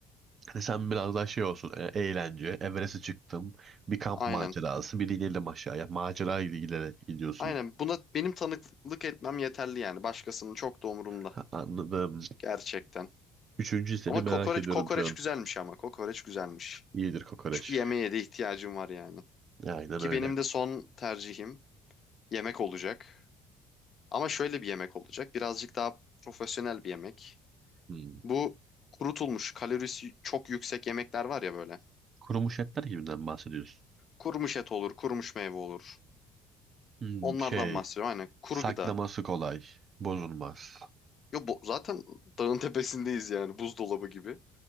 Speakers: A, on the right; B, on the left.
A: Hani sen biraz daha şey olsun e, eğlence. Everest'e çıktım. Bir kamp
B: Aynen.
A: macerası. Bir de inelim aşağıya. Macera gibi giderek gidiyorsun.
B: Aynen buna benim tanıklık etmem yeterli yani. Başkasının çok da umurumda.
A: Ha, Anladım.
B: Gerçekten.
A: Üçüncü seni
B: Ama
A: merak
B: kokoreç
A: ediyorum
B: kokoreç
A: şu an.
B: güzelmiş ama. Kokoreç güzelmiş.
A: İyidir kokoreç.
B: Çünkü yemeğe de ihtiyacım var yani.
A: Aynen
B: Ki
A: öyle.
B: benim de son tercihim yemek olacak. Ama şöyle bir yemek olacak. Birazcık daha profesyonel bir yemek.
A: Hmm.
B: Bu kurutulmuş, kalorisi çok yüksek yemekler var ya böyle.
A: Kurumuş etler gibinden bahsediyorsun.
B: Kurumuş et olur, kurumuş meyve olur.
A: Hmm,
B: Onlardan
A: şey.
B: bahsediyorum. Aynen kuru
A: Saklaması
B: gıda.
A: kolay. Bozulmaz.
B: Yo, bu, zaten dağın tepesindeyiz yani buzdolabı gibi.